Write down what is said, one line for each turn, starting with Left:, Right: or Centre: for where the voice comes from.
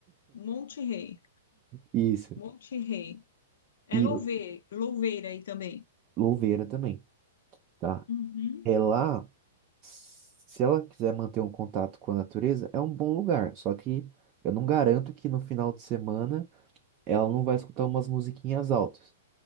Left: Monte Rei.
Right: Isso.
Left: Monte Rei. É
Right: E
Left: Louveira, Louveira aí também.
Right: Louveira também, tá?
Left: Uhum.
Right: É lá, se ela quiser manter um contato com a natureza, é um bom lugar. Só que eu não garanto que no final de semana ela não vai escutar umas musiquinhas altas.